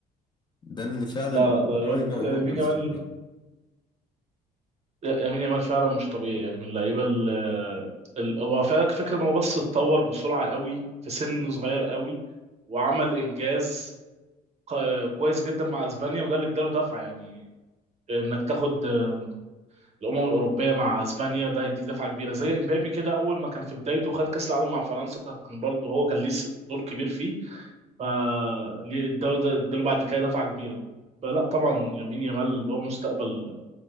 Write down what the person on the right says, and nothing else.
لا لا ده
الواد-
آه، يمين
يامال لا، يمين يامال فعلا مش طبيعي يعني من اللعيبه ال ال- هو فعلا فكره ان هو بس اتطور بسرعه قوي في سن صغير قوي وعمل انجاز ق- كويس جدا مع اسبانيا وده اللي اداله دفعه يعني انك تاخد آم، الامم الاوروبيه مع اسبانيا ده هيديك دفعه كبيره زي امبابي كده اول ما كان في بدايته خد كاس العالم مع فرنسا كان برضه هو كان ليه س- دور كبير فيه فاداله اداله ده- اداله بعد كده دفعه كبيره فلا طبعا يمين يامال هو مستقبل